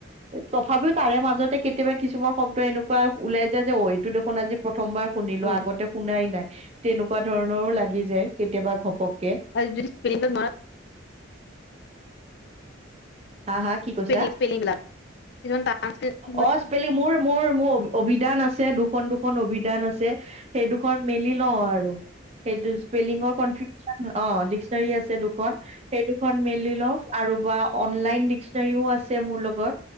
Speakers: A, on the right; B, on the left.
A: তথাপিও তাৰে মাজতে কেতিয়াবা কিছুমান শব্দ এনেকুৱা ওলাই যায় যে অ', এইটো দেখোন আজি প্ৰথম প্ৰথমবাৰ শুনিলো
B: অ
A: আগতে শুনাই নাই। তেনেকুৱা ধৰণৰো লাগি যায় কেতিয়াবা ঘপককে।
B: আৰু যদি স্পেলিং বিলাক নোৱাৰা
A: হা হা কি কৈছা
B: স্পেলি স্পেলিং ল, কিছুমান টান <unintelligible> কিছুমান
A: অ', স্পেলিং মোৰ - মোৰ মোৰ অবিধান আছে দুখন দুখন অভিধান আছে। সেইদুখন মেলি লওঁ আৰু সেইটো স্পেলিঙৰ কনফি <inaudible> অ ডিক্সনেৰী আছে দুখন, সেই দুখন মেলি লও আৰু বা অনলাইন ডিক্সনেৰীও আছে আছে মোৰ লগত